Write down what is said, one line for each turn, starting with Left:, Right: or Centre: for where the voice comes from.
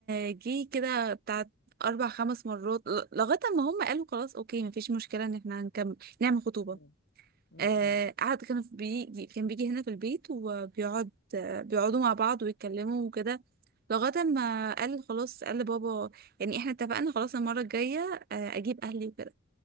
Right: آه، جه كده بتاع اربع خمس مرات ل- لغايه ما هم قالوا خلاص اوكي مفيش مشكله ان احنا هنكمل نعمل خطوبه
Left: مم. مم.
Right: آه
Left: مم.
Right: قعد كان في بيجي كان بيجي هنا في البيت وبيقعد آه بيقعدوا مع بعض ويتكلموا وكده لغايه ما قال خلاص قال لبابا يعني احنا اتفقنا خلاص المره الجايه آه اجيب اهلي وكده